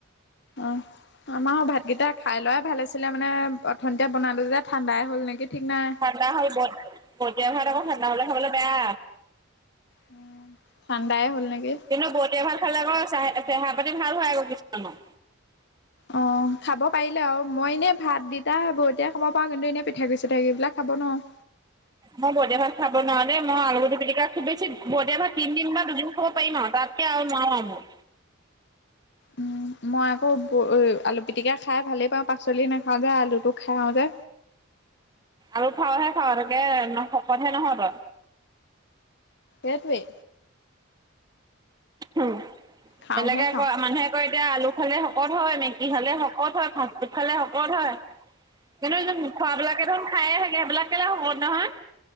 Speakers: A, on the left; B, on the right.
A: অঁ। আমাৰও ভাতকেইটা খাই লোৱাই ভাল আছিলে মানে অথনিতে বনালো যে ঠাণ্ডাই হল নেকি ঠিক নাই।
B: ঠাণ্ডা হ'ল বত বদিয়া ভাত আক ঠাণ্ডা হলে খাবলে বেয়া।
A: উম। ঠাণ্ডাই হ'ল নেকি?
B: কিন্তু বতিয়া ভাত খালে আক চাহ চেহেৰা পাতি ভাল হয় আক কিছুমানৰ।
A: অঁ খাব পাৰিলে আও, মই এনেই ভাত দিতা বৰতিয়াই খাব পাৰো, কিন্তু এনেই পিঠা গুৰি চিঠা গুৰি বিলাক খাব নোৱাৰোঁ।
B: মই বদিয়া ভাত খাব নোৱাৰো দেই, মই আলু পিটিকা খুব বেছি বদিয়া ভাত তিনদিন বা দুদিন খাব পাৰিম আও তাত কে আৰু নোৱাও আও মই।
A: উম, মই আকৌ ঔ আলু পিটিকা খাই ভালেই পাওঁ পাচলি নাখাও যে আলুটো খাইও যে।
B: আলু খাৱহে খাও তাকে শকতহে নহ তই।
A: এইটোৱেই।
B: উ
A: খাওঁহে
B: বেলেগে
A: খাওঁ
B: ক মানুহে এতিয়া আলু খালে শকত হয়, মেগী খালে শকত হয়, ফাষ্টফুড খালে শকত হয়। কিন্তু যোন খোৱাবিলাকে দেখোন খায়ে থাকে সেইবিলাক কেলে শকত নহয়?